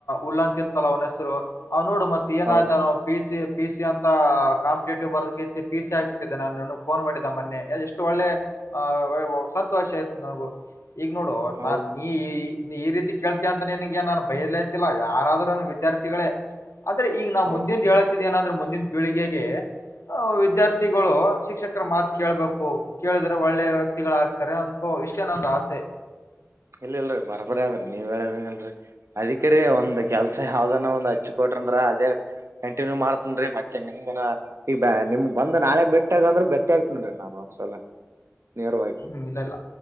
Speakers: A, on the left; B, on the right.
A: ಉಲ್ಲಂತಿತ್ತಲ್ಲ ಅವ್ನ್ ಹೆಸರು ಅವ್ ನೋಡು ಮತ್ ಏನಾಯ್ತಾನೋ
B: ಹೌದ
A: ಪಿ ಸಿ ಪಿ ಸಿ ಅಂತ ಕಾಂಪಿಟೇಟಿವ್ ಬರ್ದ್ ಕೆಸಿ ಪಿ ಸಿ ಆಗಿಬಿಟ್ಟಿದ್ದಾನ್ ನಾನು ಫೋನ್ ಮಾಡಿದ್ದ ಮೊನ್ನೆ ಎಷ್ಟು ಒಳ್ಳೆ ಆ ಊ ಸಂತೋಷ ಆಯ್ತ್ ನಂಗೂ ಈಗ್ ನೋಡು ನಾನ್
B: ಹೌದ್
A: ಈ ಈ ರೀತಿ ಕೇಳ್ತೀಯ ಅಂತನೆ ನಿಂಗೆ ನಾನ್ ಬೈಲತಿಲ್ಲ ಯಾರಾದ್ರೂ ನಂಗ್ ವಿದ್ಯಾರ್ಥಿಗಳೇ. ಆದ್ರೆ ಈಗ್ ನಾ
B: ಹೌದ್
A: ಮುಂದಿಂದ್ ಹೇಳತಿದ್ ಏನಂದ್ರೆ ಮುಂದಿನ್ ಪೀಳಿಗೆಗೆ ಆ ವಿದ್ಯಾರ್ಥಿಗಳು ಶಿಕ್ಷಕ್ ಕರ್ ಮಾತ್ ಕೇಳ್ಬೇಕು, ಕೇಳಿದ್ರೆ ಒಳ್ಳೆ ವ್ಯಕ್ತಿಗಳಾಗ್ತಾರೆ ಅನ್ಕೊ ಇಷ್ಟೇ ನಂದ್ ಆಸೆ.
B: ಇಲ್ ಇಲ್ರಿ ಬರಬರಿ ಆದ್ರಿ ನೀವ್ ಹೇಳದಲ್ರಿ ಅದಿಕೆ ರೀ
A: ಹ್ಮ್
B: ಒಂದ್ ಕೆಲ್ಸ ಯಾವ್ದಾನ ಒಂದ್ ಹಚ್ ಕೊಟ್ ಟ್ರಂದ್ರ ಅದೇ ಕಂಟಿನ್ಯೂ ಮಾಡ್ತೀನ್ರಿ ಮತ್ತೆ ನಿಮ್ಗೇನ ಈ ಬ ನಿಮ್ಗ್ ಬಂದ್ ನಾಳೆ ಭೇಟ್ಟಿ ಆಗುಂದ್ರ ಭೆಟ್ಟಿ ಆಗ್ತಿನ್ರಿ ನಾನು ಒಂದ್ಸಲ. ನೇರವಾಗಿ
A: ಹ್ಮ್ ಇಲ್ಲ ಇಲ್ಲ